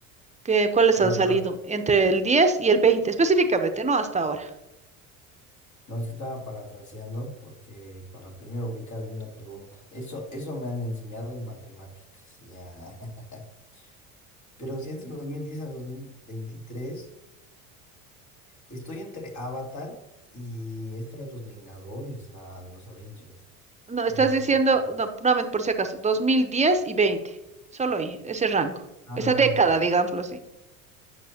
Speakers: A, on the right; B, on the left.
A: ¿Qué, cuáles
B: No,
A: han
B: está
A: salido? Entre el 10 y el 20, específicamente, no hasta ahora.
B: No, es que estaba parafraseando porque para primero ubicar bien la pregunta. Eso, eso me han enseñado en matemáticas. Ya. <laughs> Pero si es de 2010 a 2023, estoy entre Avatar y esta de los Vengadores, la de los Avengers.
A: No, estás
B: Eh,
A: diciendo, no, nuevamente, por si acaso, 2010 y 20. Solo ahí, ese rango.
B: ah,
A: Esa década,
B: ya.
A: digámoslo así.